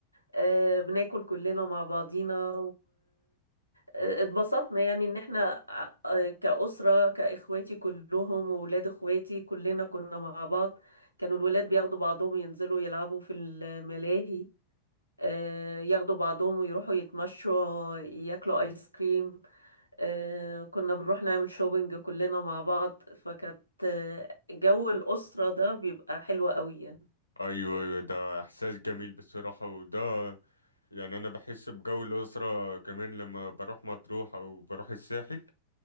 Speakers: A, on the right; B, on the left.
A: آه، بناكل كلنا مع بعضينا اتبسطنا يعني ان احنا ع- كأسرة كإخواتي كلهم وولاد اخواتي كلنا كنا مع بعض كانوا الولاد بياخدوا بعضهم ينزلوا يلعبوا في الملاهي آه، ياخدوا بعضهم ويروحوا يتمشوا ياكلوا ايس كريم آه، كنا بنروح نعمل شوبينج كلنا مع بعض فكانت آه، جو الأسرة ده بيبقى حلو قوي يعني
B: ايوه ايوه ده احساس جميل بصراحة وده يعني انا بحس بجو الاسره كمان لما بروح مطروح او بروح الساحل